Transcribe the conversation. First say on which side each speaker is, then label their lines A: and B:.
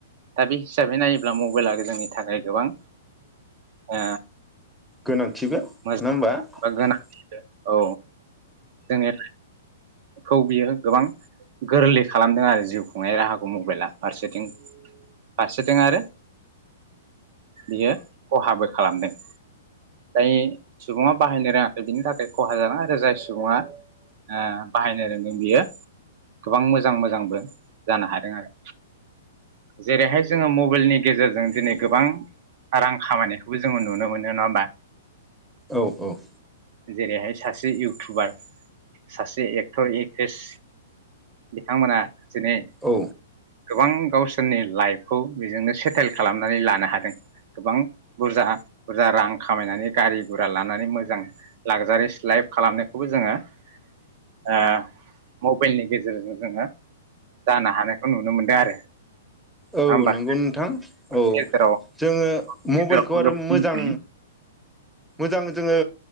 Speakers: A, on the right; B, in the centre.
A: दा बे हिसाबै नायोब्ला मबाइला जोंनि थाखाय गोबां ओ
B: गोनांथिबो
A: मोजां
B: नङा होमबा ।
A: बा गोनां औ जोंनि खौ बियो गोबां गोरलै खालामदों आरो जिउ खुंनाय राहाखौ मबाइला फारसेथिं फारसेथिं आरो बियो खहाबो खालामदों जाय सुबुङा बाहायनो रोङाखै बिनि थाखाय खहा जादों आरो जाय सुबुङा ओ बाहायनो रोंदों बियो गोबां मोजां मोजांबो जानो हादों आरो जेरैहाय जोङो मबाइलनि गेजेरजों दिनै गोबां रां खामायनायखौबो जोङो नुनो मोनो नङा होमबा?
B: औ औ।
A: जेरैहाय सासे इउटुबार सासे एक्टर एक्ट्रिस बिथांमोना दिनै
B: औ
A: गोबां गावसोरनि लाइफखौ बेजोंनो सेटेल खालामनानै लानो हादों। गोबां बुरजा बुरजा रां खामायनानै गारि गुरा लानानै मोजां लाक्जारिस लाइफ खालामनायखौबो जोङो ओ मबाइलनि गेजेरजों जोङो जानो हानायखौ नुनो मोनदों आरो।
B: औ
A: नङा होमबा
B: नंगौ नोंथां औ
A: गेजेराव
B: जोङो मबाइलखौ
A: गेजेराव
B: आरो मोजां
A: मिथिनो
B: मोजां जोङो